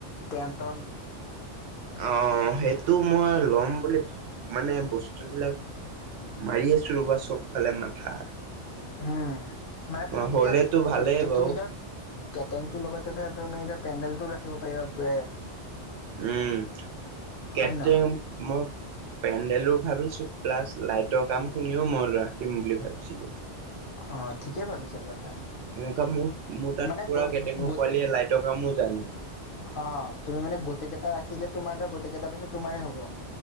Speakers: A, on the left; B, on the right.
A: টেণ্টৰ
B: আহ সেইটো মই ল'ম বুলি মানে বস্তু বিলাক মাৰি আছো ৰবা চব ফালে মাথা
A: উম, মানে তুমি
B: হ'লেতো
A: তেতিয়া
B: ভালেই বাৰু
A: তুমি ধৰা কেটেংটোৰ লগতে ধৰা তুমি এতিয়া পেণ্ডেল টোও ৰাখিব পাৰিবা
B: উম,
A: হয়
B: কেটাৰিং
A: নহয়
B: মই পেণ্ডেলো ভাবিছো প্লাছ লাইটৰ কাম খিনিও মই ৰাখিম বুলি ভাবিছিলো
A: অ' ঠিকেই ভাবিছে বাৰু
B: এনেকা মোৰ মোৰ তাত
A: মানে
B: পুৰা
A: গ
B: কেটাৰিংৰ
A: গোটেই
B: পোৱালি লাইটৰ কামো জানে
A: অ' তুমি মানে গোটেই কেইটা ৰাখিলে তোমাৰ ধৰা গোটেই কেইটা পিছত তোমাৰ হব